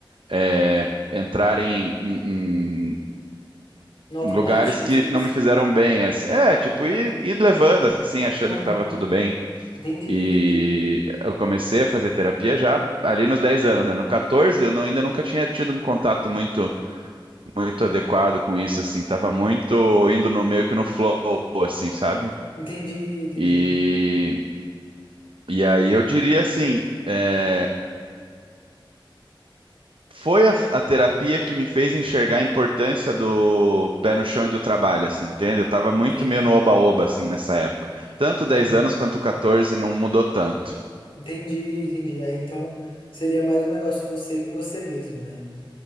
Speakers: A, on the right; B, on the left.
A: é, entrarem em, em-
B: No automático,
A: em lugares que
B: você disse?
A: não me fizeram bem, assim. É, tipo, ir, ir levando, assim, achando
B: Aham.
A: que estava tudo bem.
B: Entendi,
A: E
B: entendi.
A: eu comecei a fazer terapia já ali nos 10 anos, né? No 14, eu não- ainda nunca tinha tido um contato muito muito adequado com isso, assim. Tava muito indo no meio que no flow, assim, sabe?
B: Entendi, entendi.
A: E, e aí eu diria assim, é, foi a, a terapia que me fez enxergar a importância do pé no chão e do trabalho, assim, entende? Eu tava
B: Entendi,
A: muito meio no oba-oba, assim, nessa época. Tanto
B: entendi.
A: 10 anos quanto 14 não mudou tanto.
B: Entendi, entendi. Aí então seria mais um negócio você com você mesmo, né?